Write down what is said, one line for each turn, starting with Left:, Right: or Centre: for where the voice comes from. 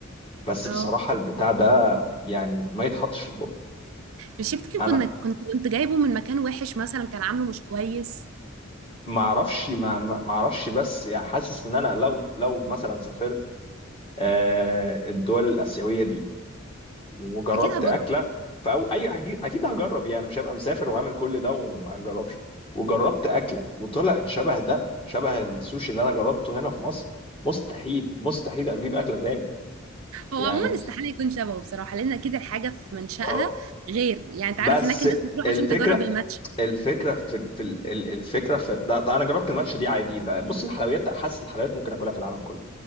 Left: بس
Right: اه
Left: بصراحه البتاع ده يعني ما يتحطش في البق
Right: مش يمكن
Left: انا
Right: كنا كنت كنت جايبه من مكان وحش مثلا كان عامله مش كويس
Left: ما اعرفش ما ما ما اعرفش بس يعني حاسس ان انا لو لو مثلا سافرت آه، الدول الآسيوية دي وجربت
Right: اكيد هجربه
Left: أكلة فأو أي أكيد أكيد هجرب يعني مش هبقى مسافر وعامل كل ده وما أجربش وجربت أكلة وطلعت شبه ده شبه السوشي اللي أنا جربته هنا في مصر مستحيل مستحيل أجيب أكلة تاني
Right: هو
Left: يعني
Right: عموما استحاله يكون شبهه بصراحه لان اكيد الحاجه في منشأها
Left: آه،
Right: غير يعني انت
Left: بس
Right: عارف هناك الناس بتروح
Left: الفكرة
Right: عشان تجرب الماتش
Left: الفكرة في في ال- ال- الفكرة في ده, ده أنا جربت الماتش دي عادي بقى بص الحلويات حاسس الحلويات ممكن أكلها في العالم كله